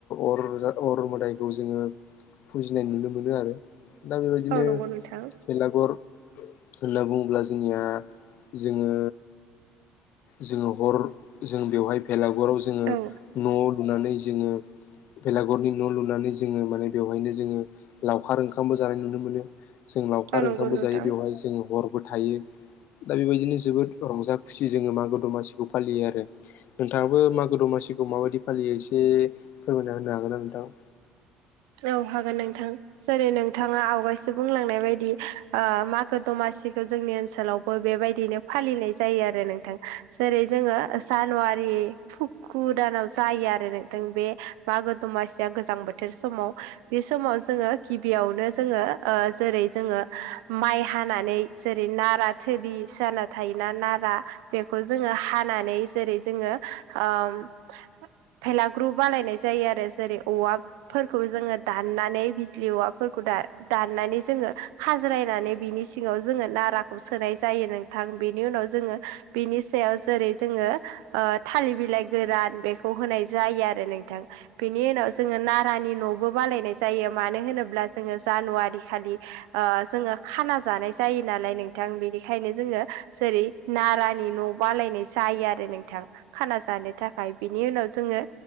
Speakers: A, on the left (about 65°); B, on the right (about 85°).
A: अरजा अर मदाइखौ जों जोङो फुजिनाय नुनो मोनो आरो दा बेबायदिनो
B: औ नंगौ नोंथां
A: बेलागर होनना बुङोब्ला जोंनिया जोङो जोङो हर जों बेवहाय भेलागुराव जों जोङो
B: औ नंगौ नोंथां औ
A: न'लुनानै जोङो बेलागुरनि न'लुनानै जों जोङो माने बेवहायनो जोङो लावखार ओंखामबो जानाय नुनो मोनो। जों लावखार
B: औ नंगौ
A: ओंखामबो
B: नोंथां
A: जायो बेवहाय जों हरबो थायो। दा बेबायदिनो जोबोद रंजा खुसि जोङो मागो दमासिखौ फालियो आरो। नोंथाङाबो मागो दमासिखौ माबायदि फालियो एसे फोरमायना होनो हागोन ना नोंथां?
B: औ हागोन नोंथां। जेरै नोंथाङा आवगायसो बुंलांनाय बायदि ओ मागो दमासिखौ जोंनि ओनसोलावबो बेबायदिनो फालिनाय जायो आरो नोंथां जेरै जोङो जानुवारि फुखु दानाव जायो आरो नोंथां बे मागो दमासिया गोजां बोथोर समाव बे समाव जोङो गिबियावनो जोङो ओ जेरै जोङो माइ हानानै जेरै नारा थोरि सियाना थायोना नारा बेखौ जोङो हानानै जेरै जोंङो ओम फेलाग्रु बालायनाय जायो आरो जेरै औवा फोरखौ जोङो दाननानै बिजलि औवाफोरखौ दा दाननानै जोङो खाज्रायनानै बिनि सि सिङाव जोङो नाराखौ सोनाय जायो नोंथां बेनि उनाव जोङो बिनि सायाव जेरै जोङो ओ थालिर बिलाइ गोरान बेखौ होनाय जायो आरो नोंथां बेनि उनाव जोङो नारा गानि न'बो बालायनाय जायो मानो होनोब्ला जोङो जानुवारि खालि ओ जोङो खाना जानाय जायो नालाय नोंथां बेनिखायनो जोङो जेरै नारानि न' बालायनाय जायो आरो नोंथां। खाना जानो थाखाय बिनि उनाव जोङो